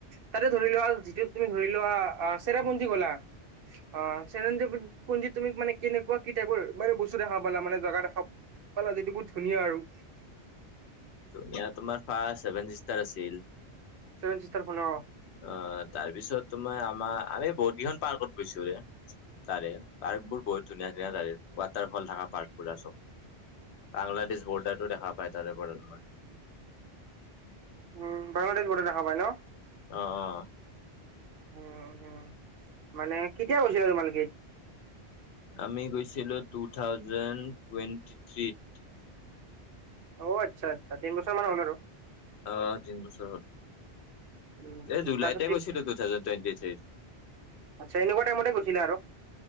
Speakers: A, on the right; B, on the left.
A: তাতে ধৰি লোৱা যিটো তুমি ধৰি লোৱা চেৰাপুঞ্জী গলা অ চেৰা পুঞ্জিত তুমি মানে কেনেকুৱা কি টাইপৰ মানে বস্তু দেখা পালা মানে জাগা দেখা পালা মানে যিটো <unintelligible> ধুনীয়া আৰু?
B: ধুনীয়া তোমাৰ ফাৰ্ষ্ট ছেভেন চিষ্টাৰ আছিল।
A: Seven sister. খন অ
B: অ তাৰপিছত তোমাৰ আমাৰ আমি বহুত কেইখন পাৰ্কত গৈছো ৰে, তাৰে পাৰ্ক বোৰ বহুত ধুনীয়া ধুনীয়া তাৰে ৱাটাৰ ফল থাকা পাৰ্ক, পুৰা চব।
A: <inaudible>
B: বাংলাদেশ বৰ্ডাৰটো দেখা পায় তাৰে পৰা তোমাৰ।
A: উম বাংলাদেশ বৰ্ডাৰ দেখা পাই ন?
B: অহ অহ।
A: উম হ'ম মানে কেতিয়া গৈছিলা তোমালোকে?
B: আমি গৈছিলো টু থাউজেণ্ড টুৱেণ্টি থ্ৰীত।
A: অ আচ্ছা আচ্ছা। তিনি বছৰমান হ'ল আৰু?
B: অহ তিন বছৰ হল।
A: উম
B: এ
A: উম
B: জুলাইতে
A: তাৰপিছত ট্ৰিপ
B: গৈছিলো টু থাউজেণ্ড টুৱেণ্টি থ্ৰীত।
A: আচ্ছা, এনেকুৱা টাইমতে গৈছিলা আৰু?